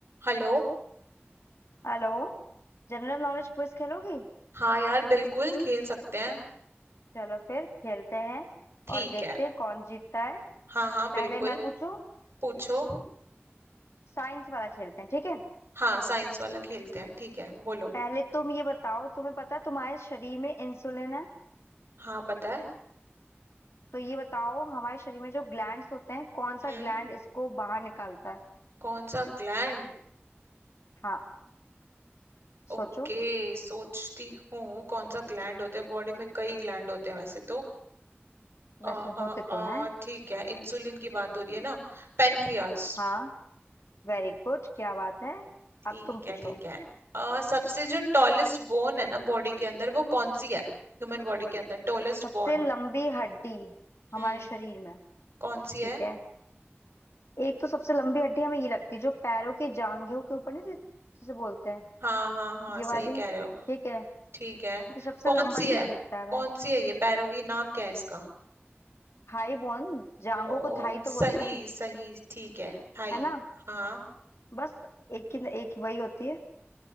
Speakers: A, on the right (about 70°); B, on the left (about 85°).
A: हेलो
B: Hello General knowledge quiz खेलोगी
A: हाँ यार बिल्कुल खेल सकते हैं
B: चलो फिर खेलते हैं
A: ठीक
B: और देखते
A: है
B: हैं कौन जीतता है
A: हाँ हाँ बिल्कुल
B: पहले मैं पूछूं
A: पूछो
B: साइंस वाला खेलते हैं ठीक है
A: हाँ साइंस वाला खेलते हैं ठीक है बोलो
B: पहले तुम ये बताओ तुम्हें पता है तुम्हारे शरीर में इंसुलिन है
A: हाँ पता है
B: तो ये बताओ हमारे शरीर में जो ग्लैंड्स होते हैं कौन सा
A: हम्म
B: ग्लैंड इसको बाहर निकालता है
A: कौन सा ग्लैंड
B: हाँ
A: ओके
B: सोचो
A: सोचती हूँ कौन सा ग्लैंड होता है बॉडी में कई ग्लैंड होते हैं वैसे तो
B: वैसे
A: अ
B: होते
A: अ
B: तो
A: अ
B: हैं
A: ठीक है इंसुलिन की बात हो रही है ना पेनक्रियास
B: हाँ वेरी गुड क्या बात है
A: ठीक
B: अब तुम
A: है
B: पूछो
A: ठीक है अ सबसे जो टॉलेस्ट बोन है ना बॉडी के अंदर वो कौन सी है ह्यूमन बॉडी के अंदर टॉलेस्ट
B: सबसे
A: बोन
B: लंबी हड्डी
A: हम्म
B: हमारे शरीर में
A: कौन सी
B: ठीक
A: है
B: है एक तो सबसे लंबी हड्डी हमें ये लगती है जो पैरों के जांघों के ऊपर नहीं दे- जिसे बोलते हैं
A: हाँ हाँ हाँ
B: ये
A: सही
B: वाली
A: कह रहे हो
B: ठीक है
A: ठीक है
B: क्योंकि सबसे
A: कौन
B: लंबा
A: सी
B: यही
A: है
B: दिखता है हमें
A: कौन सी है ये पैरों की नाम क्या है इसका
B: Thigh bone जांघों
A: ओ
B: को थाई
A: सही
B: तो बोलते हैं
A: सही ठीक है थाई
B: है ना
A: हाँ
B: बस एक ही एक वही होती है